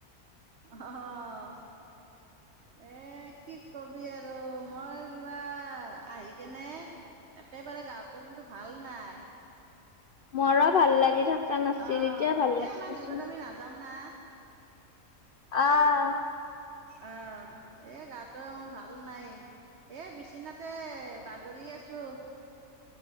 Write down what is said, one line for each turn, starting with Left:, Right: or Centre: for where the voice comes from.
Right: উ অহহঅঅ এ কি কবি আৰু মই কিবা আহি কেনে। একেবাৰে গাঁতো কিন্তু ভাল নাই।
Left: মৰো ভাল লাগি থকা নাছিল
Right: অঁ
Left: এতিয়া ভাল
Right: এই
Left: লাগিছিল
Right: ইমান
Left: দেচোন।
Right: দূৰত আমি নাযাওঁ না
Left: আহ
Right: অহ এ গাটো মোৰ ভাল নাই এ বিচিনাতে। বাগৰি আছো।